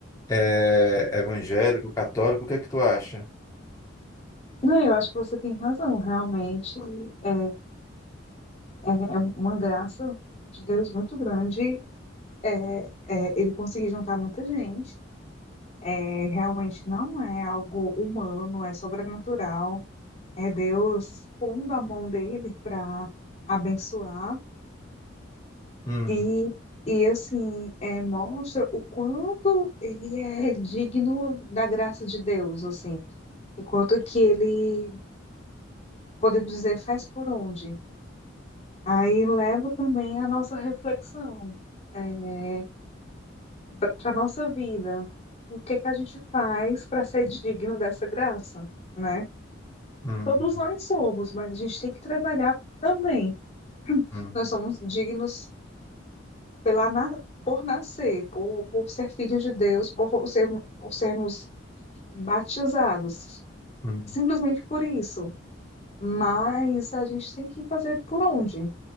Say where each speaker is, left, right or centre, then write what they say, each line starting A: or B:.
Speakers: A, on the left; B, on the left.
A: é, evangélico, católico, o que é que tu acha?
B: não, eu acho que você tem razão, realmente. É, é, é uma graça de Deus muito grande. É, é, ele conseguir juntar muita gente. É, realmente não é algo humano, é sobrenatural. É Deus pondo a mão dele para abençoar
A: Uhum,
B: e, e assim é, mostra o quanto ele é digno da graça de Deus, assim, enquanto que ele, podemos dizer, faz por onde. Aí leva também a nossa reflexão é, para a nossa vida. O que que a gente faz para ser digno dessa graça, né?
A: uhum,
B: Todos nós somos, mas a gente tem que trabalhar também.
A: uhum,
B: Nós somos dignos pela, na- por nascer, por, por ser filhos de Deus, por, ser, por sermos batizados,
A: uhum.
B: simplesmente por isso. Mas a gente tem que fazer por onde?